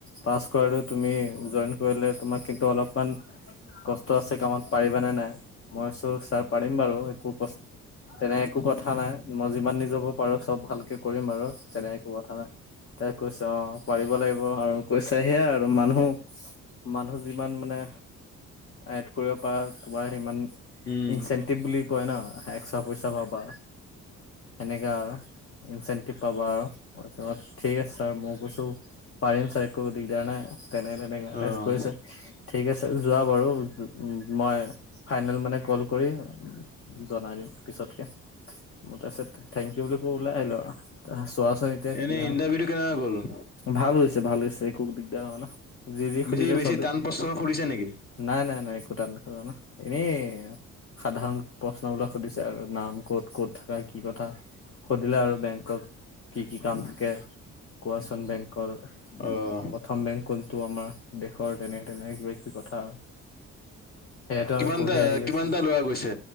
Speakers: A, on the left; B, on the left.
A: পাছ কৰা তুমি জইন কৰিলে তোমাৰ কিন্তু অলপমান কষ্ট আছে কামত, পাৰিবানে নাই? মই চো ছাৰ পাৰিম বাৰু একো কষ্ট তেনে একো কথা নাই। মই যিমান নিজ পা পাৰো চব ভালকে কৰিম বাৰু তেনে একো কথা নাই, তা কৈছ অ'। পাৰিব লাগিব আৰু কৈছে সেয়া আৰু মানুহ, মানুহ যিমান মানে আয়ত কৰিব পাৰা তোমাৰ সিমান
B: উম।
A: ইনচেনটিভ বুলি কয় ন? এক্সট্ৰা পইচা পাবা সেনেকা আৰু। ইনচেণ্টিভ পাবা আৰু তাৰপিছত ঠিক আছে ছাৰ মই কৈছো পাৰিম ছাৰ একো দিগদাৰ নাই, এনেকে তেনেকে তাৰপাছত
B: অ',
A: কৈছে ঠিক আছে যোৱা বাৰু উম, মই ফাইনেল মানে কল কৰি জনাই দিম পিছতকে, মোৰ তাৰপিছত থেংক ইউ বুলি কৈ ওলাই আহিলোঁ আৰু, <unintelligible>
B: এনেই
A: হয়
B: ইণ্টাৰভিউটো কেনেকা গ'ল?
A: ভাল হৈছে, ভাল হৈছে, একো দিগদাৰ হোৱা নাই। যি যি সুধিলে
B: বেছি, বেছি
A: চবে
B: টান প্ৰশ্ন শুধিছে নেকি?
A: নাই নাই নাই একো টান খুধা নাই, এনে সাধাৰণ প্ৰশ্নবিলাক সুধিছে আৰু নাম ক'ত, ক'ত থাকা, কি কি কথা, সুধিলে আৰু বেংকত কি কি কাম থাকে। কোৱাচন বেংকৰ,
B: অ',
A: প্ৰথম বেংক কোনটো আমাৰ। দেশৰ তেনেক তেনেক কিবা-কিবি কথা, সেয়াটো
B: কিমানটা
A: আমি পঢ়ি আহি
B: কিমানটা
A: আছোঁ।
B: ল'ৰা গৈছে